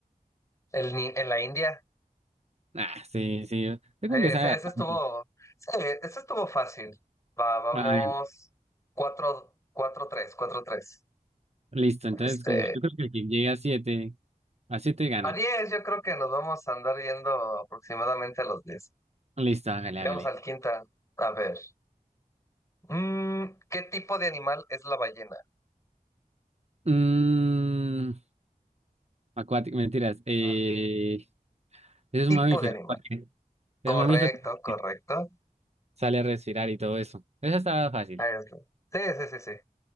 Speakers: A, on the left; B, on the right.
A: El, Ni- en la India.
B: Ah, sí, sí, usted como
A: Eh,
B: que sabe
A: Ese,
B: bastante.
A: ese estuvo, <laughs> sí, ese estuvo fácil. Va, vamos,
B: A ver,
A: cuatro, cuatro, tres, cuatro, tres.
B: listo, entonces
A: Este,
B: como yo creo que el que llegue a siete, a siete gana.
A: a diez, yo creo que nos vamos a andar yendo aproximadamente a los diez.
B: Listo, hágale, hágale.
A: Veamos al quinta. A ver. Mm, ¿qué tipo de animal es la ballena?
B: Mm, acuático, mentiras. Eh,
A: Ah,
B: es
A: Tipo
B: un mamífero,
A: de animal.
B: porque
A: Correcto,
B: es un mamífero porque
A: correcto.
B: sale a respirar y todo eso. Esa estaba fácil.
A: Ahí está. Sí, sí, sí, sí.